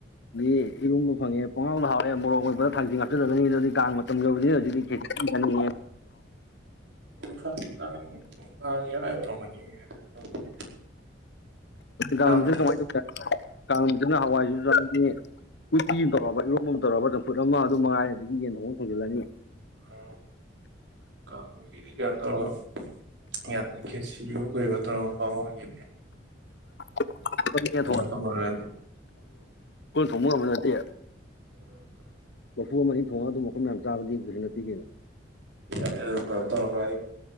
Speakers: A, on the left; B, on the right.
A: ꯑꯗꯒꯤ ꯏꯔꯨꯝꯕ ꯐꯪꯉꯦ ꯄꯣꯉꯥꯎꯗ ꯍꯥꯎꯋꯦ ꯃꯣꯔꯣꯛ ꯑꯣꯏꯕ ꯊꯥꯡꯖꯤꯡ ꯍꯥꯞꯆꯤꯜꯕꯅꯤ ꯑꯗꯨꯅꯗꯤ ꯀꯥꯡ ꯃꯇꯝ ꯌꯧꯕꯅꯤꯅ ꯍꯧꯖꯤꯛꯇꯤ ꯆꯦ <unintelligible> ꯁꯨꯋꯦ ꯑꯗꯨ <unintelligible>
B: ꯈꯔ ꯀꯥꯡ ꯀꯥꯡ ꯏꯔꯥꯏ ꯑꯣꯏꯔꯝꯒꯅꯤ ꯇꯧꯕꯅꯦ
A: ꯀꯥꯡꯅ
B: ꯀꯥꯡ ꯅꯨꯃꯤꯠ
A: ꯀꯃꯥꯏꯅ ꯇꯧꯁꯦ ꯍꯥꯏꯅꯣ ꯀꯥꯡꯁꯤ ꯅꯥꯍꯋꯥꯏꯁꯤ ꯎꯇꯤ ꯑꯃ ꯇꯧꯔꯕ ꯏꯔꯣꯝ ꯑꯃ ꯇꯧꯔꯕ ꯆꯝꯐꯨꯠ ꯑꯃ ꯑꯗꯨ ꯃꯉꯥꯏ ꯑꯗꯒꯤ ꯌꯦꯟ ꯊꯣꯡꯅ ꯊꯣꯡꯖꯤꯜꯂꯅꯤ
B: ꯑ ꯀꯥꯡ ꯑꯩꯗꯤ ꯀꯩꯅꯣ ꯇꯧꯔꯒ ꯌꯥꯝꯅ ꯈꯦꯠꯁꯤꯌꯣ ꯀꯩꯔꯣ ꯇꯧꯔꯒ ꯕꯥꯃꯣꯟ ꯒꯤ
A: <unintelligible> ꯈꯣꯏꯅꯥ
B: ꯇꯧꯅꯔꯅꯤ
A: ꯊꯣꯡꯕ ꯉꯝꯕꯗꯨ ꯅꯠꯇꯦ
B: ꯑ <unintelligible>
A: ꯀꯣꯔꯐꯨ ꯑꯃ ꯑ ꯊ ꯊꯣꯛꯣꯡꯉꯒ ꯑꯗꯨꯝ ꯃꯐꯝ ꯌꯥꯝ ꯆꯥꯕꯗꯤꯈꯖꯤꯁꯨ ꯅꯠꯇꯦ ꯀꯩꯅꯣ
B: ꯌꯥꯔꯦ ꯑꯗꯨꯝ ꯇꯧꯔꯅꯤ